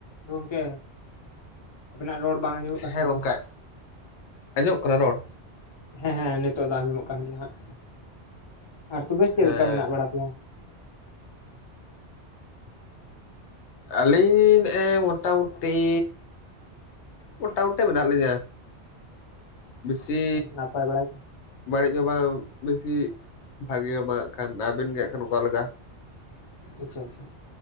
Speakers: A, on the left; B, on the left.
A: ᱜᱚᱝᱠᱮ ᱟᱵᱮᱱᱟᱜ ᱨᱚᱲ ᱵᱟᱝ ᱟᱸᱡᱚᱢᱚᱜ
B: ᱦᱮᱸ
A: ᱠᱟᱱ ᱪᱚ
B: ᱜᱚᱝᱠᱮ ᱟᱸᱡᱚᱢᱚᱜ ᱠᱟᱱᱟ ᱨᱚᱲ
A: ᱦᱮᱸ ᱦᱮᱸ ᱱᱤᱛᱚᱜ ᱫᱚ ᱟᱸᱡᱚᱢᱚᱜ ᱠᱟᱱ ᱜᱮᱭᱟ ᱦᱟᱸᱜ ᱟᱨ ᱛᱚᱵᱮ ᱪᱮᱫ
B: ᱦᱮᱸ
A: ᱞᱮᱠᱟ ᱢᱮᱱᱟᱜ ᱵᱟᱲᱟ ᱯᱮᱭᱟ?
B: ᱟᱹᱞᱤᱧ ᱱᱮᱜ-ᱮ ᱢᱚᱴᱟ ᱢᱩᱴᱤ ᱢᱚᱴᱟᱢᱩᱴᱤ ᱢᱮᱱᱟᱜ ᱞᱤᱧᱟ᱾ ᱵᱮᱥᱤ
A: ᱟᱪᱪᱷᱟ ᱟᱪᱪᱷᱟ ᱱᱟᱯᱟᱭ ᱵᱟᱲᱟ ᱜᱮ
B: ᱵᱟᱹᱲᱤᱡ ᱦᱚᱸ ᱵᱟᱝ ᱵᱮᱥᱤ ᱵᱷᱟᱜᱮ ᱦᱚᱸ ᱵᱟᱝ ᱠᱷᱟᱱ ᱟᱵᱮᱱ ᱜᱮ ᱦᱟᱸᱜ ᱠᱷᱟᱱ ᱚᱠᱟ ᱞᱮᱠᱟ?
A: ᱟᱪᱪᱷᱟ ᱟᱪᱪᱷᱟ